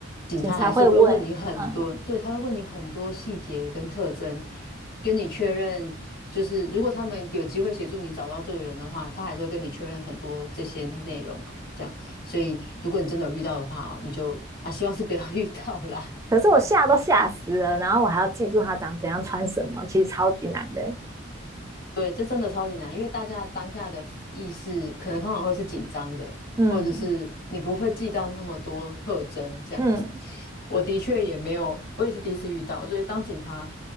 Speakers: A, on the left (about 50°); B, on the right (about 15°).
A: 警察还是会问你很多，
B: 警察会问，嗯，
A: 对，他会问你很多细节跟特征，跟你确认。就是如果他们有机会协助你找到这个人的话，他还是会跟你确认很多这些内容，这样。所以如果你真的有遇到的话哦，你就啊，希望是不要 <laughs> 遇到啦。
B: 可是我吓都吓死了，然后我还要记住他长怎样穿什么，其实超级难的欸，
A: 对，这真的超级难，因为大家当下的 f- 意识可能通常会是紧张的，
B: 嗯
A: 或者是你不会记到那么多特征这样子。
B: 嗯
A: 我的确也没有，我也是第一次遇到，所以当警察